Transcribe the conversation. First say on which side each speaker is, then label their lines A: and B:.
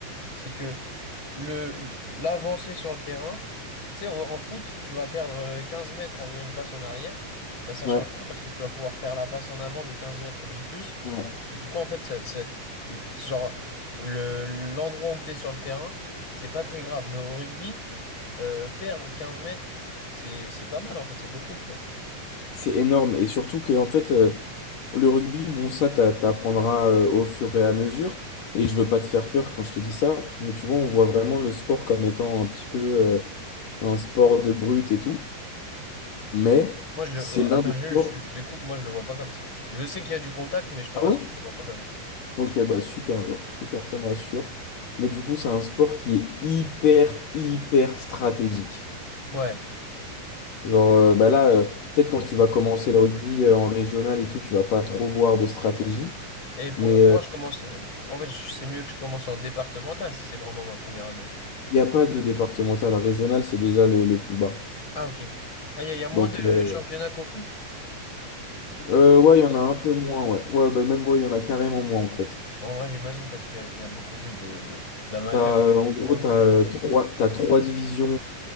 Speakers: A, on the left; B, on the left.
A: c'est que le l'avancée sur le terrain, tu sais, au- en foot, tu vas perdre euh, 15 mètres en faisant une passe en arrière, bah ça
B: ouais,
A: change rien parce que tu vas pouvoir faire la passe en avant de 15 mètres de plus.
B: ouais.
A: Et du coup, en fait, ça- c'est le- genre le l'endroit où tu es sur le terrain, c'est pas très grave. Mais au rugby, euh, perdre 15 mètres, c'est c'est pas mal en fait, c'est beaucoup, tu vois.
B: C'est énorme. Et surtout que, en fait, euh, Le rugby, bon, ça, t'a- t'apprendras euh, au fur et à mesure. Et je veux pas te faire peur quand je te dis ça, mais tu vois, on voit vraiment le sport comme étant un petit peu euh, un sport de brute et tout. Mais
A: Moi, je le...
B: c'est l'un
A: Attends,
B: des
A: Jules,
B: sports.
A: je, je te coupe, moi je le vois pas comme ça. Je sais qu'il y a du contact, mais je te
B: Ah
A: rassure,
B: ouais?
A: je le vois pas comme ça.
B: Ok, bah super, alors super, ça me rassure. Mais du coup, c'est un sport qui est hyper, hyper stratégique.
A: Ouais.
B: Genre, euh, bah là, euh, peut-être quand tu vas commencer le rugby euh, en régional et tout, tu vas pas trop voir de stratégie.
A: Et pour,
B: Mais
A: pour
B: euh,
A: moi, je commence. euh, En fait, je- c'est mieux que je commence en départemental si c'est vraiment ma première année.
B: il n'y a pas de départemental. Régional, c'est déjà le le plus bas.
A: Ah, ok. Ah, il y, a il y a moins
B: Donc,
A: de
B: euh,
A: championnats qu'au foot?
B: euh, ouais, il y en a un peu moins, ouais. Ouais, bah, même, ouais, il y en a carrément moins, en fait.
A: En vrai, j'imagine parce qu'il y, a il y a beaucoup plus de, de- d'amateurs
B: T'as, euh,
A: de
B: en gros,
A: football
B: tu as
A: que.
B: trois, t'as trois divisions